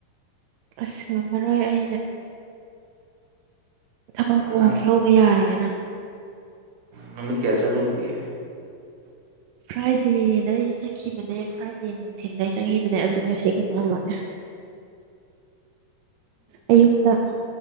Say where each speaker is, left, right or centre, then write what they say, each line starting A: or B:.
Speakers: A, on the right; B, on the right.
A: ꯑꯁ ꯉꯝꯃꯔꯣꯏ ꯑꯩꯅ ꯊꯕꯛ ꯑꯣꯐ
B: ꯅꯪ
A: ꯂꯧꯕ ꯌꯥꯔꯣꯏꯅ
B: ꯅꯨꯃꯤꯠ ꯀꯌꯥ ꯆꯠꯂꯨꯒꯤ
A: <inaudible> ꯐ꯭ꯔꯥꯏꯗꯦꯗꯩ ꯆꯠꯈꯤꯕꯅꯦ ꯐ꯭ꯔꯥꯏꯗꯦ ꯅꯨꯡꯊꯤꯟꯗꯩ ꯆꯠꯈꯤꯕꯅꯦ ꯑꯗꯨ ꯉꯁꯤ ꯈꯛꯇ ꯍꯜꯂꯛꯑꯦ <inaudible> ꯑꯌꯨꯛꯇ